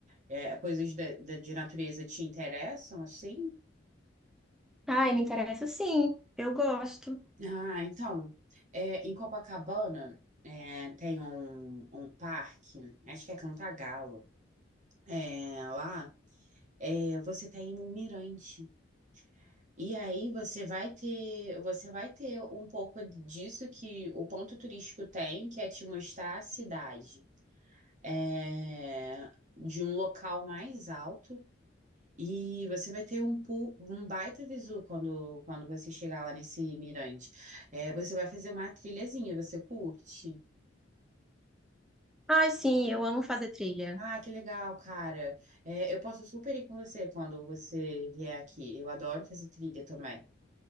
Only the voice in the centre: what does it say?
Ai, me interessa sim. Eu gosto.
Ai, sim, eu amo fazer trilha.